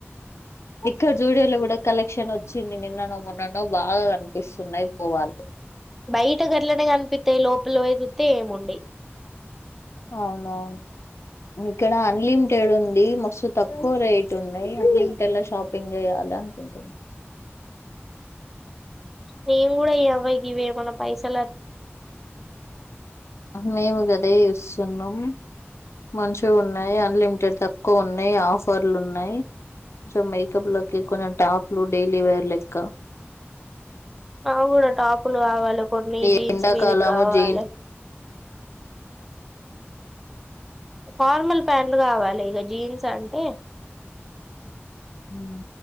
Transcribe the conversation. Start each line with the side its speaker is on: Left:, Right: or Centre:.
Left: క్క జూడియోలో కూడా కలెక్షన్ వచ్చింది నిన్ననో మొన్ననో బాగా కనిపిస్తున్నాయి పోవాలి
Centre: బయట గట్లనే కనిపిత్తాయి లోపల పోయిచూత్తే ఏముండయి
Left: అవునవును ఇక్కడ అన్లిమ్ టేడు ఉంది మస్తు తక్కువ రేట్ ఉన్నాయి అన్లిమిటెడ్ లో షాపింగ్ చేయాలి అనుకుంటున్నా
Centre: నేను కూడా ఇగ ఇవేమన పైసలు
Left: మేము గదే చూసున్నాం మంచిగున్నయ్ అన్లిమ్ టేడ్ తక్కువున్నాయ్ ఆఫర్లు ఉన్నాయ్ సో మేకప్ లో కి కొనే టాపులు డైలీ వేర్ లెక్క
Centre: మాకూడా టాపులు కావాలి కొన్ని
Left: ఈ
Centre: జీన్స్
Left: ఎండాకాలము
Centre: మీదికి కావాలే
Left: జీన్స్
Centre: ఫార్మల్ ప్యాంట్లు కావాలి ఇగా జీన్స్ అంటే
Left: ఉమ్,